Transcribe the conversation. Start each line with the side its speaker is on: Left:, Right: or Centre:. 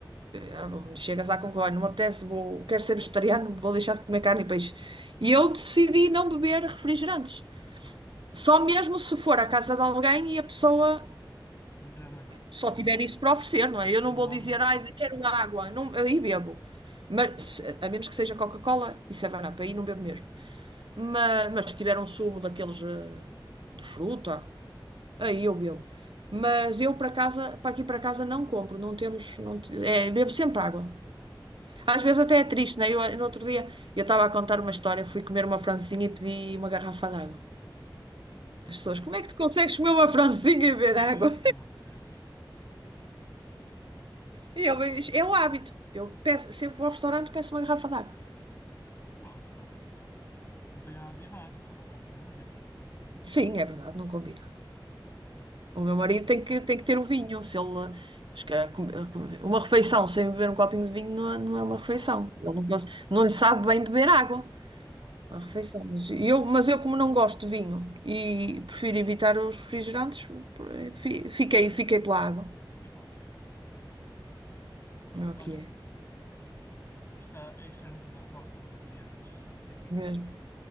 Right: Ah, vou- Chegas à conclusão, não me apetece, vou, quero ser vegetariano, vou deixar de comer carne e peixe. E eu decidi não beber refrigerantes. Só mesmo se for à casa de alguém e a pessoa
Left: Não tiver mais nada.
Right: só tiver isso para oferecer, não é?
Left: Mas
Right: Eu
Left: por
Right: não vou
Left: norma.
Right: dizer, ai, quero água, não, aí bebo. Mas, a menos que seja Coca-Cola e 7-Up, aí não bebo mesmo. Mas, mas se tiver um sumo daqueles eh, de fruta, aí eu bebo. Mas eu para casa, para aqui para casa não compro, não temos, não, te- é, bebo sempre água.
Left: Ok.
Right: Às vezes até é triste, né? Eu, eh, no outro dia, eu estava a contar uma história, fui comer uma francesinha e pedi uma garrafa de água.
Left: A
Right: As
Left: sério.
Right: pessoas, como é que tu consegues comer uma francesinha e beber
Left: Ui,
Right: água?
Left: por amor de Deus.
Right: E ele, é o hábito. Eu peço, sempre vou ao restaurante e peço uma garrafa d'água.
Left: Pronto, está bem. Não tem nada de errado, só não combina muito.
Right: Sim, é verdade, não combina.
Left: Sim,
Right: O meu
Left: sim,
Right: marido
Left: mas
Right: tem
Left: pronto.
Right: que, tem que ter o vinho. Se ele, acho que é com- é com- uma refeição sem beber um copinho de vinho não é, não
Left: Não
Right: é uma refeição.
Left: se sabe, mano.
Right: Ele não, cons- não lhe sabe bem beber água.
Left: Faz.
Right: Uma refeição. Mas eu, mas eu, como não gosto de vinho e prefiro evitar os refrigerantes, fi- fiquei, fiquei pela água.
Left: E fazes bem. Pronto.
Right: É
Left: Olha,
Right: o que é,
Left: isto, está, isto é muito bom falar sobre comida, mas tenho que ir comer.
Right: mesmo.